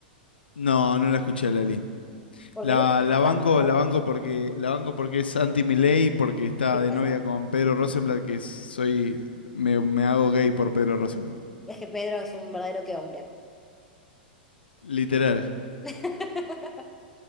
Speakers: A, on the left (about 80°); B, in the centre.
A: No, no la escuché a Lali.
B: porque
A: La,
B: el último
A: la
B: CD
A: banco,
B: es rock
A: la banco porque, la banco porque es anti Milei, porque está de
B: pop.
A: novia con Pedro Rosenblatt, que soy, me, me hago gay por Pedro Rosenblatt.
B: Es que Pedro es un verdadero que hombre.
A: Literal.
B: <laughs>